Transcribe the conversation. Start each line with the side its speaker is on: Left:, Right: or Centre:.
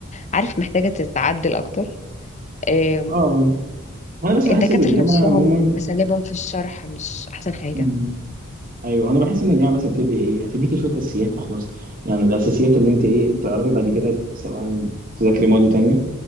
Left: عارف محتاجة تتعدل اكتر آم،
Right: اه وانا بس بحس
Left: الدكاترة
Right: ان الجامعه
Left: نفسهم
Right: عموما
Left: أساليبهم في الشرح مش أحسن حاجة
Right: مم. ايوه انا بحس ان الجامعه مثلا بتدي ايه هتديكي شويه اساسيات وخلاص يعني الاساسيات اللي انت ايه تعرفي بعد كده سواء تذاكري مواد تانية